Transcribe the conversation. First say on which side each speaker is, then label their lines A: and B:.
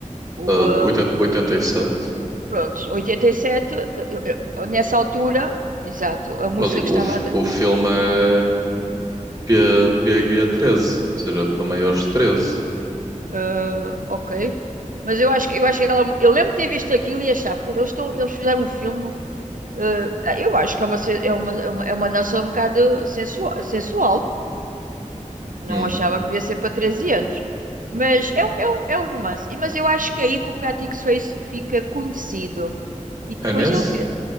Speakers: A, on the right; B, on the right.
A: O
B: Ah,
A: um,
B: de 80, 87,
A: pronto, 87, eh, eh, eh, nessa altura, exato, a música
B: mas o,
A: que
B: o,
A: estava
B: f-
A: a dar.
B: o filme é P, P PG-13, ou seja, para maiores de 13.
A: Ah, ok. Mas eu acho que eu acho que aquela, eu lembro de ter visto aquilo e achar, pô, eles estão, eles fizeram um filme. eh, eu acho que é uma, se- é uma, é uma, é uma dança um bocado sensual, sensual Não
B: Hum.
A: achava que devia ser para 13 anos. Mas é um, é um, é um romance. E- Mas eu acho que é aí que o Prático Suíço fica conhecido. E depois
B: É nesse?
A: ele, fi-